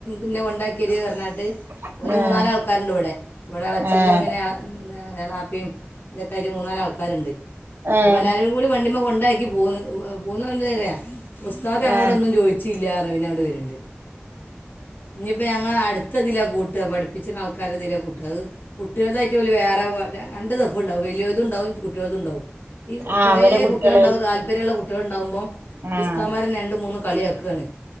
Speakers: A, on the left; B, on the right.
A: ഇന്ന കൊണ്ടാക്കെരീ പർഞ്ഞാണ്ട്
B: ആഹ്
A: ഓല് മൂന്നാലാൾക്കാര്ണ്ട് ഇവടെ. ഇവടെ അച്ഛിൻ്റെ
B: ഏഹ്
A: പിന്ന ഞാള എളാപ്പിം അതൊക്കായിട്ട് മൂന്നാലാൾക്കാര്ണ്ട്
B: ഏഹ്
A: അപ്പൊ എല്ലാരും കൂടി വണ്ടിമ്മെ കൊണ്ടാക്കി പോന്ന്. പോന്നെന്തെ അറിയൊ ഉസ്താദ് ഞങ്ങളോടൊന്നും
B: ഏഹ് ഏഹ്
A: ചോദി ച്ചില്ലാർഞ് വർൺണ്ട്. ഇഞിപ്പ ഞങ്ങളടാത്തതില കൂട് കൂട്ട പഠിപ്പിച്ച്ണട് ആൾക്കാരത് ല കൂട്ട കുട്ടീൾതായ്ട്ട് ഓല് വേറെ രണ്ട് ദഫ് ഇണ്ടാവും. വലോൽതുണ്ടാവും കുട്ടീൾതുണ്ടാവും
B: ആഹ്
A: കൊറേ
B: ഇവലെ കുട്ട്യാളെ
A: കുട്ടീൾണ്ടാവും താല്പര്യള്ള കുട്ടീൾ ഇണ്ടാവുമ്പൊ
B: ആഹ്
A: ഉസ്താമാരന്നെ രണ്ടു മൂന്നും കളിയാക്കാണ്